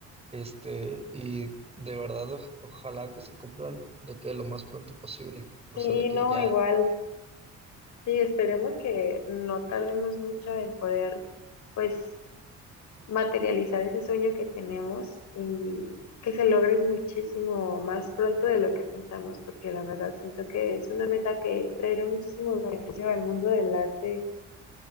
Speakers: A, on the right; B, on the left.
A: este, y de verdad oj- ojalá que se cumplan de que lo más pronto posible, o
B: Sí,
A: sea, de que
B: no,
A: ya.
B: igual, sí, esperemos que no tardemos mucho en poder, pues, materializar ese sueño que tenemos y que se logre muchísimo más pronto de lo que pensamos, porque la verdad siento que es una meta que traerá muchísimo beneficio al mundo del arte